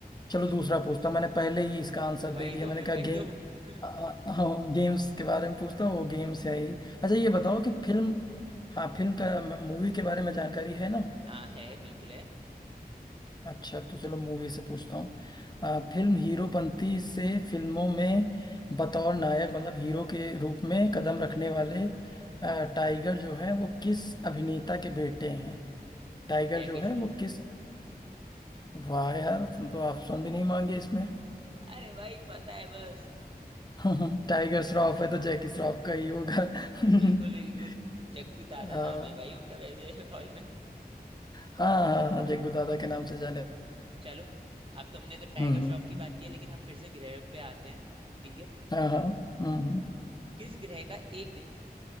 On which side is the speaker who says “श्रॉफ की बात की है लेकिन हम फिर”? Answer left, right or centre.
Right